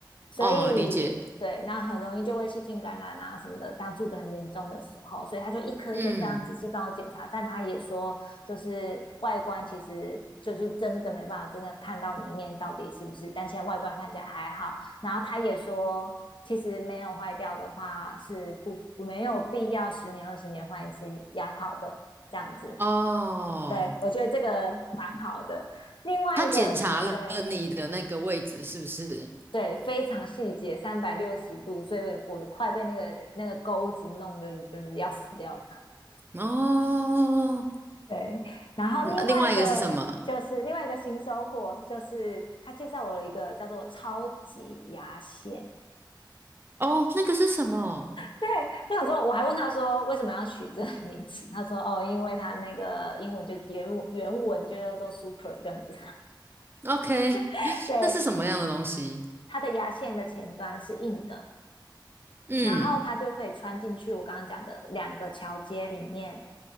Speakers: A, on the left; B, on the right.
A: 所以对，
B: 哦，理解。
A: 那很容易就会细菌感染啊什么的，大家住得很严重的时候，所以他就一颗一颗非常仔细帮我检查，
B: 嗯，
A: 但他也说，就是外观其实就是真的没办法真的看到里面到底是不是，但现在外观看起来还好，然后他也说。其实没有坏掉的话，是不没有必要十年二十年换一次牙套的这样子。
B: 哦，
A: 对，我觉得这个蛮好的。另外一个，
B: 他检查了你的那个位置是不是？
A: 对，对，非常细节，三百六十度，所以我快被那个那个钩子弄得就是要死掉了。
B: 哦，
A: 对，然后另外一个就是另外一个新收获，
B: 嗯另外一个是什么？
A: 就是他介绍我了一个叫做超级牙线。
B: 哦，那个是什么
A: 对，我想说，我还问他说为什么要取这个名词，他说哦，因为他那个英文就原文原文就叫做 super 这样子。
B: ？OK，
A: <laughs> 对，
B: 那是什么样的东西？
A: 它的牙线的前端是硬的，
B: 嗯
A: 然后它就可以穿进去我刚刚讲的两个桥接里面